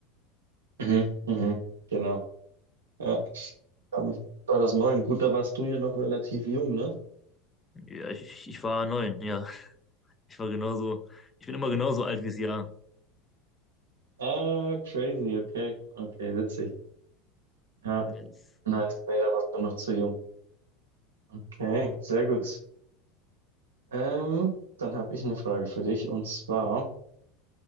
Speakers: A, on the right (about 80°); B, on the left (about 20°).
A: Mhm, mhm, genau. Ja, ich kann mich 2009, gut, da warst du ja noch relativ jung, ne?
B: Ja, ich, ich ich war neun, ja. Ich war genauso, ich bin immer genauso alt wie das Jahr.
A: Ah, crazy, okay. Okay, witzig. Ja,
B: Yes.
A: nice. Nee, da warst du noch zu jung. Okay, sehr gut. Ähm, dann habe ich eine Frage für dich und zwar,